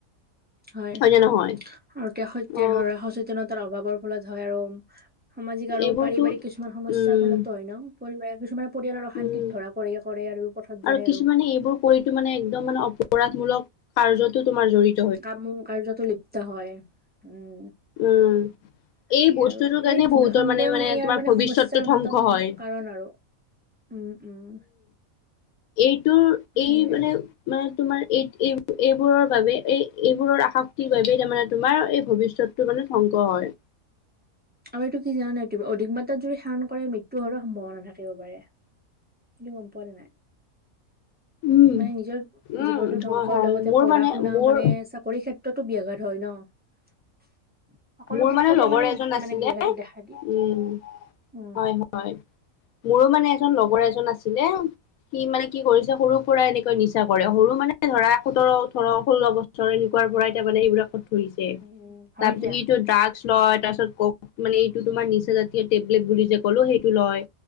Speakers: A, on the right (about 15°); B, on the left (about 80°).
A: হয়
B: নে নহয়
A: আৰু কে সত্যে
B: অ
A: ধৰা সচেতনতাৰ অভাৱৰ ফলত হয় আৰু সামাজিক আৰু
B: এইবোৰতো
A: পাৰিবাৰিক কিছুমান সমস্যাৰ
B: উম
A: ফলতো হয় ন' পৰিবাৰে কিছুমানে পৰিয়ালৰ অশান্তিত
B: উম
A: ধৰা পৰে কৰে আৰু পথত যায়
B: আৰু কিছুমানে এইবোৰ কৰিতো মানে একদম মানে অপৰাধমূলক কাৰ্যতো তোমাৰ জড়ি
A: কামো কাৰ্য্যতো লিপ্ত হয় উম,
B: উম,
A: সেয়ে
B: এই বস্তুটোৰ
A: আৰু
B: কাৰণে
A: এই ভুল
B: বহুতৰ
A: সংগই মানে ইয়াৰ
B: তোমাৰ
A: মানে
B: ভৱিষ্যতটো
A: সমস্যাৰ
B: ধ্বংস
A: উন্য়তম
B: হয়।
A: কাৰণ আৰু। উম- উম
B: এইটোৰ
A: সেইয়ে
B: এই মানে
A: আৰু।
B: মানে তোমাৰ এই- এই -এইবোৰৰ বাবে এই এইবোৰৰ আসক্তিৰ বাবেই তাৰমানে তোমাৰ এই ভৱিষ্যত টো মানে ধ্বংস হয়।
A: আৰু এইটো কি জানা নাই তমি অধিক মাত্ৰাত যদি সেৱণ কৰে মৃত্যু হোৱাৰো সম্ভাৱনা থাকিব পাৰে। তুমি গম পোৱা নে নাই?
B: উম,
A: মানে নিজৰ
B: উম,
A: জীৱনতো ধ্বংস
B: হয় হয়
A: লগতে
B: মোৰ
A: পঢ়া
B: মানে
A: - শুনাওঁ
B: মোৰ
A: মানে চাকৰি ক্ষেত ক্ষেত্ৰতো বিয়াঘাত হয় ন' সকলো
B: মোৰ
A: ক্ষেত্ৰতে
B: লগৰ
A: মানে
B: এজন
A: -মানে
B: আছিলে
A: বিয়াঘাতো দেখা দিয়ে।
B: উম,
A: উম।
B: হয়-হয়। হয় মোৰো মানে এজন লগৰ এজন আছিলে সি মানে কি কৰিছে সৰু পৰাই
A: উম,
B: এনেকৈ নিচা কৰে সৰু মানে এ ধৰা সোতৰ, ওঠৰ, ষোল্ল বছৰ এনেকুৱাৰ পৰাই তাৰমানে এইবিলাকত ঘূহিছে
A: উম, হয়
B: তাৰপিছত
A: দিয়া।
B: সিটো ড্ৰাগছ লয় তাৰপিছত ক'ক মানে অ, নিচা জাতীয় টেবলেট বুলি যে ক'লো সেইটো লয়